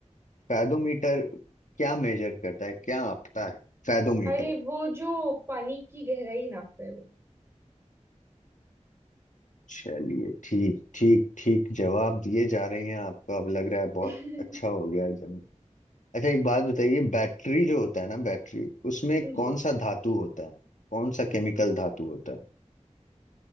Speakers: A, on the left; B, on the right.
A: फैदोमीटर क्या मेजर करता है क्या आपता है फैदोमीटर
B: अरे वो जो पानी की गहराई नापता है वो
A: चलिए ठीक ठीक ठीक जवाब दिए जा रहे हैं आपका अब लग रहा है बहुत
B: <laughs>
A: अच्छा हो गया जन अच्छा एक बात बताइए बैटरी जो होता है ना बैटरी उसमें
B: जी
A: कौन सा धातु होता है कौन सा केमिकल धातु होता है